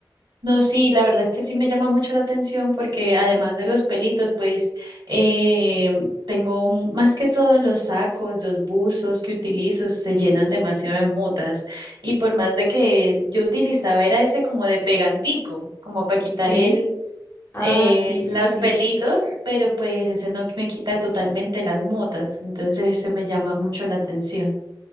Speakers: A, on the right; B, on the left.
A: No, sí, la verdad es que sí me llama mucho la atención porque además de los pelitos, pues eh, tengo m- más que todo los sacos, los buzos que utilizo se llenan demasiado de motas y por más de que yo utilizaba era ese como de pegantico, como para quitar
B: Sí.
A: el
B: Ah,
A: eh,
B: sí,
A: los
B: sí, sí.
A: pelitos, pero pues ese no me quita totalmente las motas, entonces ese me llama mucho la atención.